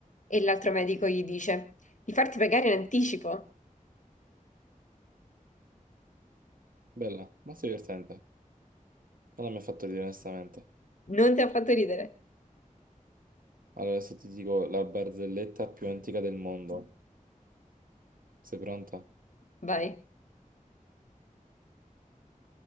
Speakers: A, on the left (about 60°); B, on the right (about 85°).
A: E l'altro medico gli dice: Di farti pagare in anticipo.
B: Bella, molto divertente. Non mi ha fatto ridere, onestamente.
A: Non ti ha fatto ridere.
B: Allora, adesso ti dico la barzelletta più antica del mondo. Sei pronta?
A: Vai.